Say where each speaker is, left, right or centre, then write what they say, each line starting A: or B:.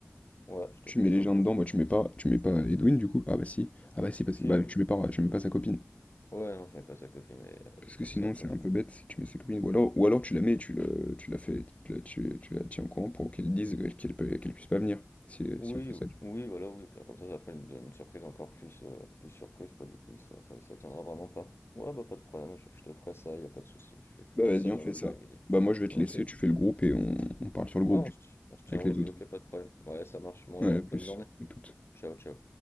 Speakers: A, on the left; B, on the left.
A: Ouais, je te
B: tu
A: fais
B: mets
A: ça.
B: les gens dedans, bah, tu mets pas, tu mets pas Edwin, du coup. Ah bah si, ah bah si, parce
A: Si
B: que- bah,
A: je
B: tu mets pas, tu mets pas sa copine.
A: ouais, non, je mets pas sa copine et euh,
B: Parce
A: et comme
B: que sinon,
A: ça après
B: c'est
A: je
B: un peu bête si tu mets sa copine. Ou alors, ou alors tu la mets, tu la, tu la fais, tu la, tu, tu la tiens au courant pour qu'elle dise qu'elle qu'elle peut, qu'elle puisse pas venir, si,
A: Oui,
B: si on fait ça.
A: oui, voilà, oui, au pire comme ça, ça ferait une, une surprise encore plus, euh, plus surprise, quoi, du coup, il sera, ça, il s'attiendra vraiment pas. Ouais, bah pas de problème, je, je te ferai ça, y a pas de souci, je vais te faire
B: Bah vas-y,
A: ça
B: on
A: dans
B: fait
A: l'après-midi.
B: ça. Bah moi je vais te
A: Ok,
B: laisser,
A: ouais,
B: tu fais le groupe et on, on parle sur le groupe
A: on
B: du
A: se,
B: coup,
A: on se tient
B: avec
A: au
B: les
A: jeu,
B: autres.
A: ok, pas de problème. Ouais, ça marche, bon,
B: Ouais,
A: allez,
B: à plus,
A: bonne journée,
B: à toutes.
A: ciao, ciao.